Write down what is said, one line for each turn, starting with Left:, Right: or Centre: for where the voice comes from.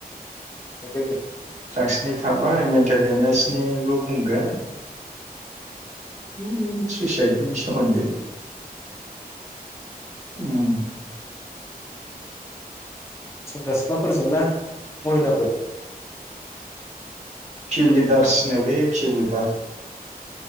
Left: <unintelligible>
Right: ड्राक्सनि थाबाय मेन्टेल इनहेसनिबो बुंगोन उम
Left: लोगोसे
Right: सुइसाइदनि सोमोन्दै उम
Left: सेंग्रा सिख्लाफोरजोंना ना महिलाफोर?
Right: खि लिदारसनोलै खिलि